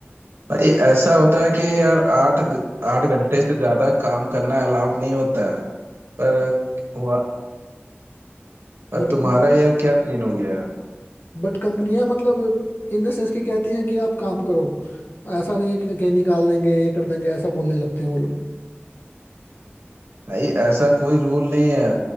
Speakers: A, on the right (about 65°); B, on the left (about 55°).
A: भाई ऐसा होता है कि यार आठ आठ घंटे से ज्यादा काम करना अलाउड नहीं होता है पर वह- पर
B: बट
A: तुम्हारा यार क्या सीन हो गया
B: बट कंपनियां मतलब इन द सेंस की कहती हैं कि आप काम करो ऐसा नहीं है कि, कि निकाल देंगे ये कर देंगे ऐसा बोलने लगते हैं वो लोग
A: भाई ऐसा कोई रूल नहीं है